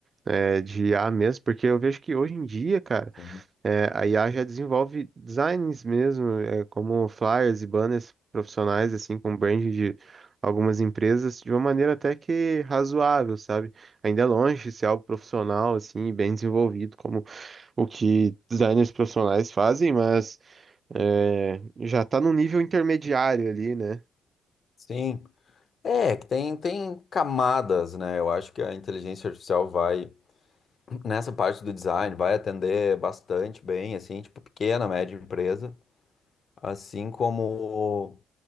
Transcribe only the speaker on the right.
eh, de IA mesmo? Porque eu vejo que hoje em dia, cara,
É, a IA já desenvolve designs mesmo, é, como flyers e banners profissionais, assim, com brand de algumas empresas, de uma maneira até que razoável, sabe? Ainda é longe de ser algo profissional, assim, e bem desenvolvido, como o que designers profissionais fazem, mas é, já está num nível intermediário ali, né?